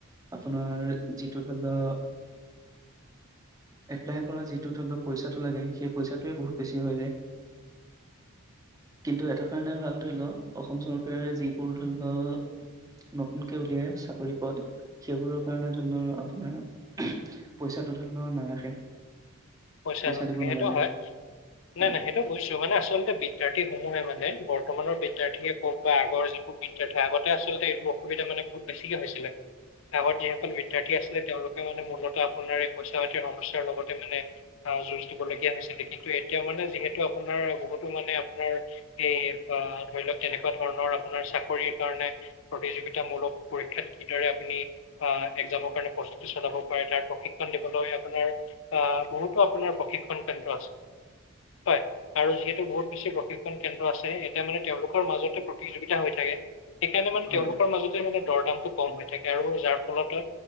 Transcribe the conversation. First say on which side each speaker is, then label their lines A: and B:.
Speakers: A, on the right; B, on the left.
A: আপোনাৰ যিটো ধৰি লও এপ্লাই কৰা যিটো ধৰি লও পইচাটো লাগে সেই পইচটোোৱে বহুত বেছি হৈ যায় কিন্তু এটা কাৰণে ভাল ধৰি লও অসম চৰকাৰে যিবোৰ ধৰি লও নতুনকে উলিয়াই চাকৰি পথ সেইবোৰৰ কাৰণে ধৰি লও আপোনাৰ পইচাটো ধৰি লও নাৰাখে
B: হৈছে
A: পইচা
B: নে
A: দিব
B: সেইটো
A: নালাগে
B: হয় নাই
A: হয়
B: নাই সেইটো বুজছো মানে আচলতে বিদ্যাৰ্থী সমূহে মানে বৰ বৰ্তমানৰ বিদ্যাৰ্থীয়ে কওক বা আগৰ যিবোৰ বিদ্যাৰ্থী আগতে আচলতে এইটো সুবিধাানে বহু বেছিকৈছিলে এব যিসকল বিদ্্যাৰ্থি আলে তেওঁলোকে মানে মূলতঃ আপোনাৰ এই পইচা পাতিৰ সমস্যাৰ লগতে মানে আহ যুঁজ দিবলগীয়া হৈছিলে কিন্তু এতিয়া মানে যিহেতু আপোনাৰ বহুতো মানে আপোনাৰ এই আহ ধৰি লওক তেনেকুৱা ধৰণৰ আপোনাৰ চাকৰিৰ কাৰণে প্ৰতিযোগিতামূলক পৰীক্ষাত কিদৰে আপুনি আহ একজামৰ কাৰণে প্ৰস্তুতি চলাব পাৰে তাৰ প্ৰশিক্ষণ দিবলৈ আপোনাৰ আহ বহুতো আপোনাৰ প্ৰশিক্ষণ কেন্দ্ৰ আছে হয় আৰু যিহেতু বহুত বেছি প্ৰশিক্ষণ কেন্দ্ৰ আছে এতিয়া মানে তেওঁলোকৰ মাজতে প্ৰতিযোগিতা হৈ থাকে সেইকাৰণে মানে
A: হয়
B: তেওঁলোকৰ মাজতে মানে দৰ দামটো কম হৈ থাকে আৰু যাৰ ফলত